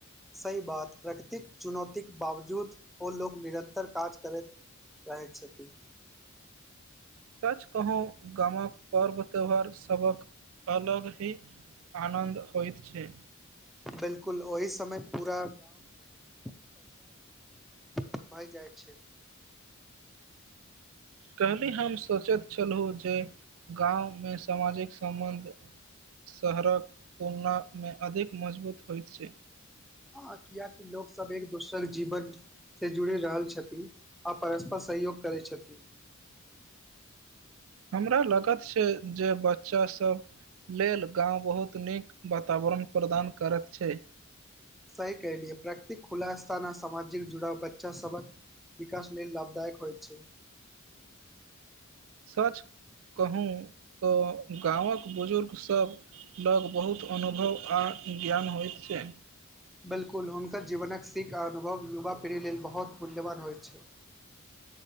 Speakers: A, in the centre; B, on the right.
A: सही बात प्रकृतिक चुनौते बावजूद ओ लोग निरन्तर काज करैत रहैत छथि
B: सच कहू गामक पर्व त्योहार सबक अलग ही आनन्द होइ छै
A: बिलकुल ओहि समय पूरा भए जाइ छै
B: कहल्लहि हम सोचैत छलहु जे गाँवमे सामाजिक सम्बन्ध शहरक तुलनामे अधिक मजबूत होइत छै
A: हँ किया की लोक सब एक दोसर जीवक से जुड़ि रहल छथि आ परस्पर सहयोग करैत छथिन
B: हमरा लागत छै जे बच्चासभ लेल गाम बहुत नीक वातावरण प्रदान करैत छै
A: सही कलिहयै प्राकृतिक खुलासा न सामाजिक जुड़ाव बच्चा सबक विकाश लेलील लाभदायक हो छै
B: सच कहू तऽ गामक बुजुर्गसभ लोक बहुत अनुभव आ ज्ञान हो छै
A: बिल्कुल हुनकर जीवनक सीख आ अनुभव युवा पीढ़ी लेल बहुत मूल्यवान होइत छै <inaudible>